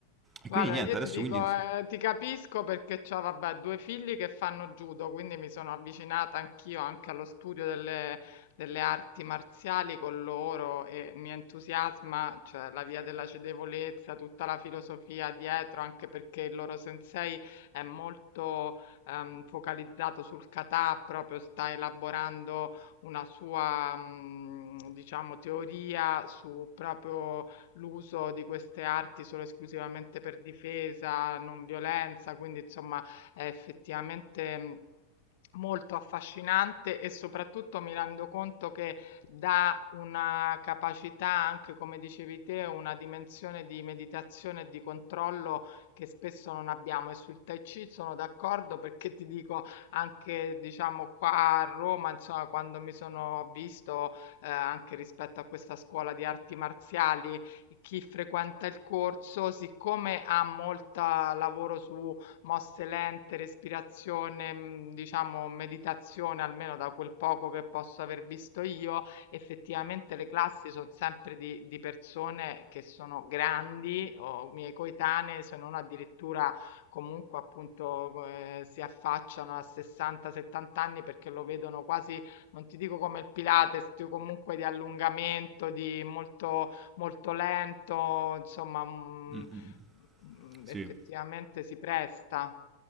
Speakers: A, on the left (about 55°); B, on the right (about 20°).
A: Guarda,
B: E quindi niente,
A: io ti
B: adesso
A: dico,
B: quindi...
A: eh, ti capisco perché ho, vabbè, due figli che fanno judo, quindi mi sono avvicinata anch'io anche allo studio delle, delle arti marziali con loro e mi entusiasma, cioè la via della cedevolezza, tutta la filosofia dietro, anche perché il loro sensei è molto ehm, focalizzato sul kata, proprio sta elaborando una sua, mm, diciamo, teoria su proprio l'uso di queste arti solo esclusivamente per difesa, non violenza, quindi insomma è effettivamente mh, molto affascinante e soprattutto mi rendo conto che dà una capacità anche, come dicevi te, una dimensione di meditazione e di controllo che spesso non abbiamo. E sul Tai Chi sono d'accordo perché ti dico anche, diciamo, qua a Roma, insomma, quando mi sono visto eh, anche rispetto a questa scuola di arti marziali, chi frequenta il corso, siccome ha molta lavoro su mosse lente, respirazione, mhmm, diciamo meditazione, almeno da quel poco che posso aver visto io, effettivamente le classi son sempre di di persone che sono grandi o miei coetanee, se non addirittura comunque appunto co ehm, si affacciano a 60, 70 anni perché lo vedono quasi, non ti dico come il Pilates, più comunque di allungamento, di molto molto lento, insomma, mhmm,
B: Mm, mm,
A: mhmm,
B: sì.
A: effettivamente si presta.